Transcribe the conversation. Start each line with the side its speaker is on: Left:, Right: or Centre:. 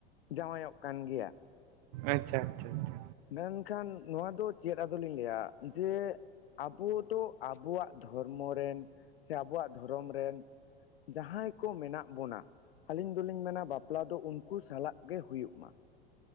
Left: ᱡᱟᱶᱟᱭᱚᱜ ᱠᱟᱱ ᱜᱮᱭᱟ᱾
Right: ᱟᱪᱪᱷᱟ ᱟᱪᱪᱷᱟ ᱟᱪᱪᱷᱟ
Left: ᱢᱮᱱᱠᱷᱟᱱ ᱱᱚᱣᱟ ᱫᱚ ᱪᱮᱫ ᱟᱫᱚᱞᱤᱧ ᱞᱟᱹᱭᱟ ᱡᱮ, ᱟᱵᱚ ᱫᱚ ᱟᱵᱚᱣᱟᱜ ᱫᱷᱚᱨᱢᱚ ᱨᱮᱱ ᱥᱮ ᱟᱵᱚᱣᱟᱜ ᱫᱷᱚᱨᱚᱢ ᱨᱮᱱ, ᱡᱟᱦᱟᱸᱭ ᱠᱚ ᱢᱮᱱᱟᱜ ᱵᱚᱱᱟ, ᱟᱹᱞᱤᱧ ᱫᱚᱞᱤᱧ ᱢᱮᱱᱟ ᱵᱟᱯᱞᱟ ᱫᱚ ᱩᱱᱠᱩ ᱥᱟᱞᱟᱜ ᱜᱮ ᱦᱩᱭᱩᱜ ᱢᱟ᱾